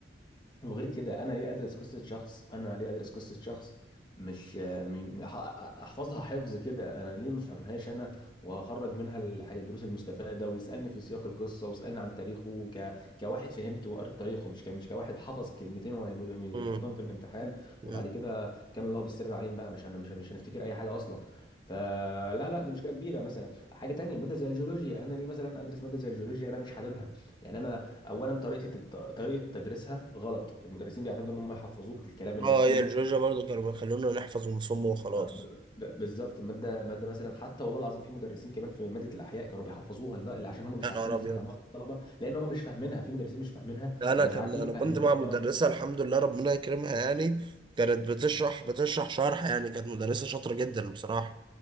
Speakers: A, on the left; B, on the right.
A: وغير كده انا ليه ادرس قصه شخص انا ليه ادرس قصه شخص مش م- م- ح- احفظها حفظ كده انا ليه ما افهمهاش انا واخرج منها الحاجه الدروس المستفاده ويسالني في سياق القصه ويسالني عن تاريخه ك... كواحد فهمت وقريت تاريخه مش ك... مش كواحد حفظ كلمتين وهي- ويحطهم
B: مم.
A: في الامتحان
B: مم.
A: وبعد كده كان الله بالسر عليهم بقى مش هن... مش هن- مش هنفتكر اي حاجه اصلا فلا لا دي مشكله كبيره مثلا حاجه تانية ماده زي الجيولوجيا انا ليه مثلا ادرس ماده زي الجيولوجيا انا مش حاببها يعني انا اولا طريقه الت- طريقه تدريسها غلط المدرسين بيعتمدوا ان هم يحفظوك الكلام اللي
B: اه
A: مكتوب
B: هي الجورجيا برضو كانوا بيخلونا نحفظ ونصم وخلاص
A: آه، ب- ب- بالظبط ماده ماده مثلا حتى والله العظيم في مدرسين كمان في ماده الاحياء كانوا بيحفظوها لده- عشان هم مش
B: يا
A: عارفين
B: نهار
A: يفهموها
B: أبيض
A: للطلبه لان هم مش فاهمينها في مدرسين مش فاهمينها
B: انا
A: فمش
B: كان
A: عارفين
B: انا
A: يفهموها
B: كنت مع
A: للطلبه
B: مدرسه الحمد لله ربنا يكرمها يعني كانت بتشرح بتشرح شرح يعني كانت مدرسه شاطره جدا بصراحه